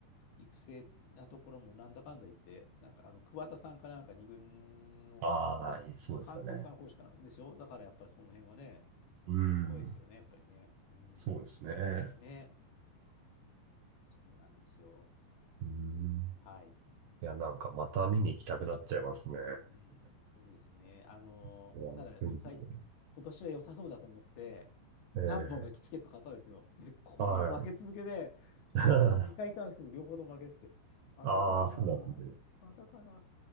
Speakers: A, on the left; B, on the right.
A: 育成なところもなんだかんだ言って、なんかあの、桑田さんかなんか二軍の、
B: ああ、そうですよね。
A: 監督かな、コーチかな、でしょだからやっぱりその辺はね、
B: うん、
A: すごいですよね、やっぱりね。うん。
B: そうですね。
A: ね、そうなんですよ。
B: うん、
A: はい。
B: いや、なんかまた見に行きたくなっちゃいますね。
A: うん。そうですね。あのーただ、
B: <laughs> 雰囲気
A: 最、今年は良さそうだと思って、
B: ええ、
A: 何本かチケット買ったんですよ。で、ここのとこ負け続けで、
B: はい。<laughs>
A: 今年2回行ったんですけど、両方とも負けてて、いや、またかな
B: ああ、そうなんですね。
A: ー、またかな